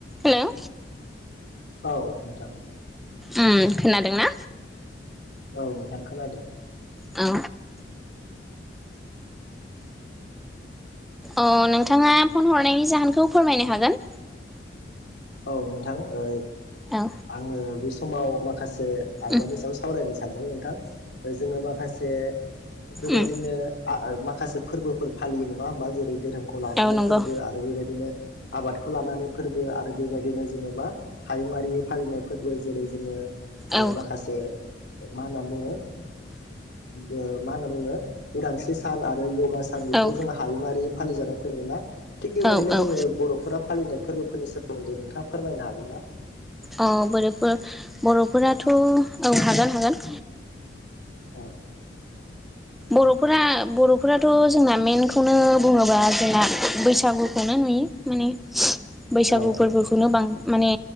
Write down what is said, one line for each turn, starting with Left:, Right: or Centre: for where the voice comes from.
Centre: Hello
Left: औ नोंथां।
Centre: उम खोनादों ना?
Left: औ नोंथां खोनादों।
Centre: औ। अ नोंथाङा फन हरनायनि जाहोनखौ फोरमायनो हागोन।
Left: औ नोंथां ओ
Centre: औ
Left: आङो बेस समाव माखासे आयदानि
Centre: उम
Left: सायाव सावरायनो सानदों नोंथां जोङो माखासे बेबायदिनो
Centre: उम
Left: आ ओ माखासे फोरबोफोर फालियो नङा होमबा जेरै धोरोम खौ लानानै
Centre: औ नंगौ
Left: फोरबो आरो बेबायदिनो आबादखौ लानानै फोरबो आरो बेबायदिनो जोङो मा हायुङारि फालिनाय फोरबो जेरै जोङो ओ
Centre: औ
Left: माखासे मा होनना बुङो ओ मा होनना बुङो उदांस्रि सान आरो य गा सान बेफोर
Centre: औ
Left: जोङो हायुङारि फालिजानाय फोरबो ना थिग बेबायदिनो
Centre: औ औ
Left: जोङो बर'फोरा फालिनाय फोरबो फोरनि सोमोन्दै नोंथाङा फोरमायनो हागोन ना?
Centre: औ बोरैफोर बर'फोराथ' औ हागोन हागोन।
Left: औ
Centre: बर'फोरा बर'फोराथ' जोंना मेनखौनो बुङोबा जोंना बैसागुखौनो नु <unintelligible> माने बैसागु
Left: औ नोंथां
Centre: फोरबोखौनो बां माने